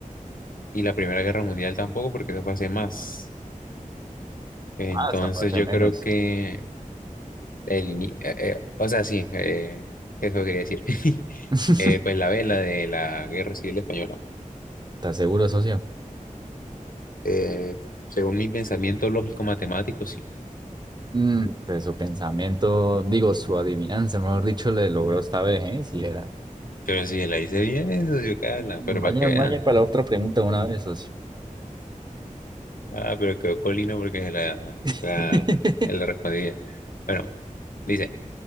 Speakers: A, on the left (about 80°); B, on the right (about 30°).
A: y la Primera Guerra Mundial tampoco, porque eso fue hace más. Entonces
B: Ah, está parte
A: yo
B: menos.
A: creo que el, ini- eh, eh, o sea, sí, eh, eso quería decir. <laughs>
B: <laughs>
A: Eh, pues la vela de la Guerra Civil Española.
B: ¿Estás seguro, socio?
A: Eh, según mi pensamiento lógico-matemático, sí.
B: Mm, pues su pensamiento, digo, su adivinanza, mejor dicho, le logró esta vez, ¿eh? Si era.
A: Pero si la hice bien, eso yo Carla,
B: Vaya,
A: pero para que vea.
B: vaya para la otra pregunta una vez, socio.
A: Ah, pero quedó colino porque se la,
B: <laughs>
A: la, se la respondí. Bueno, dice,